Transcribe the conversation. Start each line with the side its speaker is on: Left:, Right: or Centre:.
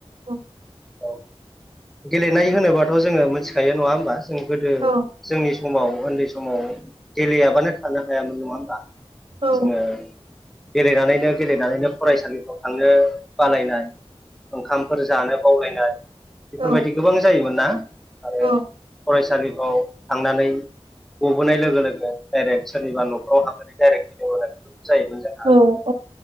Right: औ
Centre: औ गेलेनाय होनोबाथ' जोङो मोनथिखायो नङा होमबा जों गोदो
Right: औ
Centre: जोंनि समाव ओनदै समाव गेलेयाबानो थानो हायामोन नङा होमबा
Right: औ
Centre: जोङो गेलेनानैनो गेलेनानैनो फरायसालिफ्राव थांनो बालायनाय ओंखामफोर जानो बावलायनाय बेफोरबायदि
Right: औ
Centre: गोबां जायोमोन ना? आरो
Right: औ
Centre: फरायसालिखौ थांनानै ग'बोनाय लोगो लोगो डाइरेक्ट सोरनिबा न'खराव हाबनानै डाइरेक्ट गेलेबोनाय जायोमोन जोंहा
Right: औ औ